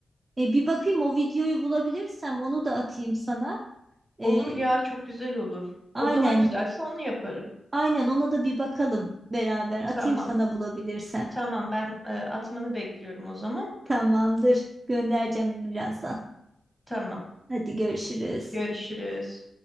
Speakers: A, on the right; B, in the centre.
A: Ee, bir bakayım o videoyu bulabilirsem onu da atayım sana. Ee,
B: Olur ya çok güzel olur.
A: aynen,
B: O daha güzelse onu yaparım.
A: aynen ona da bir bakalım beraber. Atayım
B: Tamam.
A: sana bulabilirsem.
B: Tamam ben e, atmanı bekliyorum o zaman.
A: Tamamdır. Göndereceğim birazdan.
B: Tamam.
A: Hadi görüşürüz.
B: Görüşürüz.